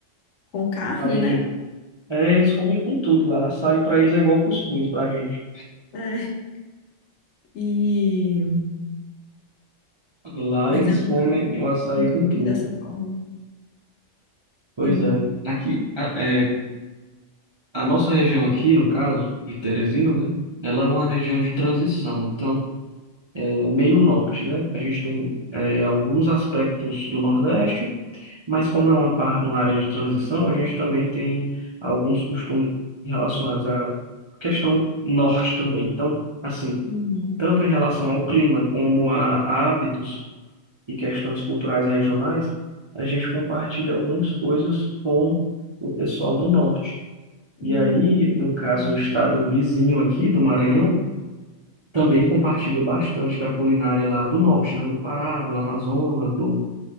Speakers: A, on the left; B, on the right.
A: com carne,
B: farinha
A: né?
B: de... É, eles comem com tudo lá. Açaí para eles é igual cuscuz para gente.
A: É, e,
B: Lá
A: mas
B: eles
A: eu
B: comem
A: nunca,
B: o açaí
A: nunca
B: com
A: comi
B: tudo.
A: dessa forma.
B: Pois
A: Sim.
B: é. Aqui, a, é, a nossa região aqui, no caso de Teresina, né? Ela é uma região de transição, então é meio norte, né? A gente tem é, alguns aspectos do Nordeste, mas como é uma, par- uma área de transição, a gente também tem alguns costumes relacionados à questão norte também. Então, assim,
A: Uhum,
B: tanto em relação ao clima como a, a hábitos, e questões culturais regionais, a gente compartilha algumas coisas com o pessoal do norte.
A: uhum,
B: E aí, no caso,
A: legal.
B: o estado vizinho aqui do Maranhão também compartilha bastante da culinária lá do norte, né? Do Pará, do Amazonas, do,